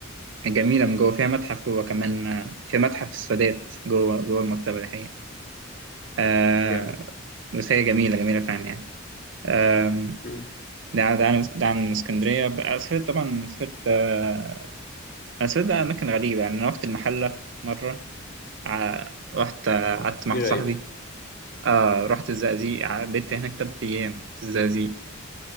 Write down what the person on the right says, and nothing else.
جميلة من جوه فيها متحف جوه كمان آه، في متحف السادات جوه جوه المكتبة دي حقيقة آه،
بس هي جميلة جميلة فعلا يعني
ده عن- ده عن ده عن اسكندرية بقى سافرت طبعا سافرت آه، أنا سافرت بقى أماكن غريبة يعني أنا رحت المحلة مرة ع- رحت آه، قعدت مع
واحد
صاحبي آه رحت الزقازيق ع- بيت هناك تلات أيام في الزقازيق